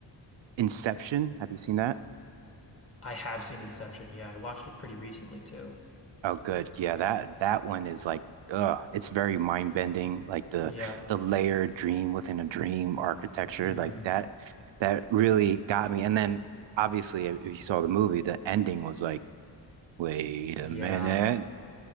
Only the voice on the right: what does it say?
Inception, have you seen that?
Oh, good. Yeah, that that one is like, uh, it's very mind bending. Like the
the layered dream within a dream architecture,
like that that really got me. And then obviously, if you saw the movie, the ending was like, wait
a minute.